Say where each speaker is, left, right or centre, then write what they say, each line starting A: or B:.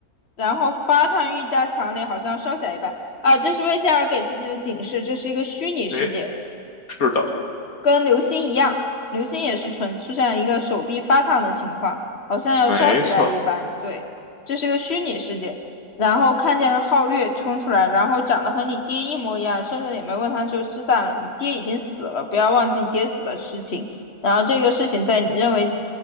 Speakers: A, on the left; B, on the left.
A: 然后发烫愈加强烈，好像烧起来一般。啊，这是魏仙儿给自己的警示，这是一个虚拟世界。
B: 哎，是的，
A: 跟流星一样，流星也是纯出现了一个手臂发烫的情况，好像要烧起来一般。
B: 没错儿，
A: 对，这是个虚拟世界。然后看见了皓月冲出来，然后长得和你爹一模一样，甚至也没问他就失散了。你爹已经死了，不要忘记你爹死的事情。然后这个事情在你认为